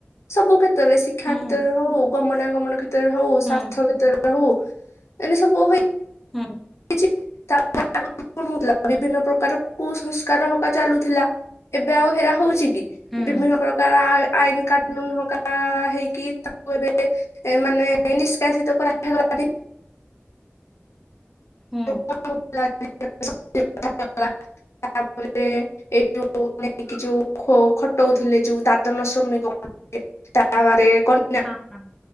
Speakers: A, on the left; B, in the centre.
A: ସବୁ କ୍ଷେତ୍ରରେ ଶିକ୍ଷା
B: ହୁଁ
A: କ୍ଷେତ୍ରରେ ହଉ ଗମନାଗମନ କ୍ଷେ ତ୍ର ରେ ହଉ
B: ହୁଁ
A: ସ୍ୱାର୍ଥ କ୍ଷେତ୍ରରେ ହଉ ଏମିତି ସବୁ ହେଇ
B: ହୁଁ।
A: କିଛି <unintelligible> ହଉଥିଲା
B: ହୁଁ
A: ବିଭିନ୍ନ ପ୍ରକାର କୁସଂସ୍କାର ହବା ଚାଲୁଥିଲା ଏବେ ଆଉ ହେରା ହଉଚି କି
B: ହୁଁ
A: ବିଭିନ୍ନ ପ୍ରକାର ଆ ଆଇନ କାନୁନ ହକା ହେଇକି ତାକୁ ଏବେ ଏ ମାନେ ନିଷ୍କାସିତ କରାଗଲାଣି।
B: ହୁଁ
A: <unintelligible> ତାପରେ ଏଇ ଯୋଉ ନେଇକି ଯୋଉ ଖୋ ଖଟଉଥିଲେ ଯୋଉ ଦାଦନ ଶ୍ରମିକମାନେ ତା ବାରେ କଣ
B: ହଁ।